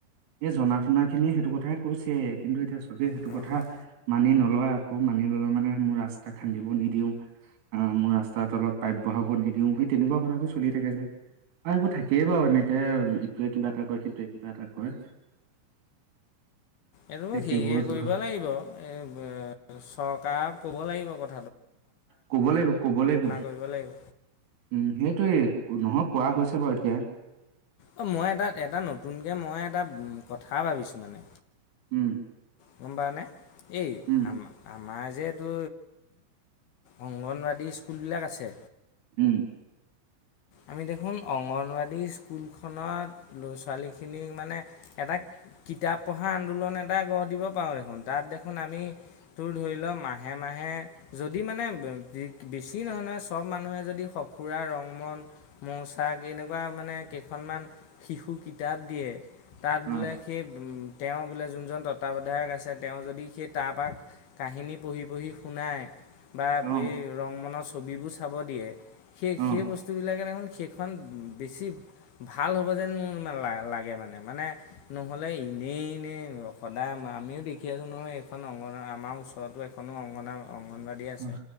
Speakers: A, on the right (about 80°); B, on the left (about 65°).
A: এ জনা শুনা খিনিয়ে সেইটো কথাই কৈছে কিন্তু এতিয়া চবে সেইটো
B: এইটো
A: কথা মানি ন লয় আকৌ মানি ললে মানে মোৰ ৰাস্তা খান্দিব নিদিও আহ মোৰ ৰাস্তাৰ তলত পাইপ বঢ়াব নিদিও সেই তেনেকুৱা কথাবোৰ চলি থাকে যে আৰু সেইবোৰ থাকেই বাৰু এনেকে ইটোৱে কিবা এটা কয় সেইটোৱে কিবা এটা কৰে
B: এইটোৰ
A: তে সেইবোৰ
B: হেৰিয়ে
A: জহ
B: কৰিব লাগিব। এই চৰকাৰক ক'ব লাগিব কথা
A: কব লাগিব কব লাগিব।
B: কৰিব লাগিব
A: উম সেইটোয়ে নহয় কোৱা হৈছে বাৰু এতিয়া এতিয়া
B: অ মই এটা এটা নতুনকে মই এটা কথা ভাবিছোঁ মানে।
A: উম
B: গম পাওঁ নে? এই
A: উম
B: আম আ- আমাৰ যে এইটো অংগনবাদী স্কুলবিলাক আছে।
A: উম।
B: আমি দেখোন অংগনবাদী স্কুলখনত ল'ৰা ছোৱালীখিনিক মানে এটা কিতাপ পঢ়া আন্দোলন এটা গঢ় দিব পাৰোঁ দেখোন। তাত দেখোন আমি তুৰ ধৰি লওক মাহে মাহে যদি মানে বেছি নহয় নহয়। চব মানুহে যদি সঁফুৰা, ৰংমন মৌ ছাক এনেকুৱা মানে কেইখনমান শিশু কিতাপ দিয়ে। তাত
A: অ
B: বোলে সেই উ তেওঁ বোলে যোনজন তত্বাৱধায়ক আছে। তেওঁ যদি সেই তপাক কাহিনী পঢ়ি পঢ়ি শুনায়। বা
A: অ
B: এই ৰং মনছ ছবিবোৰ চাব দিয়ে। সেই
A: অ
B: সেই বস্তু দেখোন সেইখন বেছি ভাল হ'ব যেন লাগে। মানে মানে নহ'লে এনেই এনেই সদায় আমিও দেখি আছোঁ নহয়। এইখন অংগনা আমাৰ ওচৰতো এখনো অংগনা- অংগনবাাদী আছে
A: অ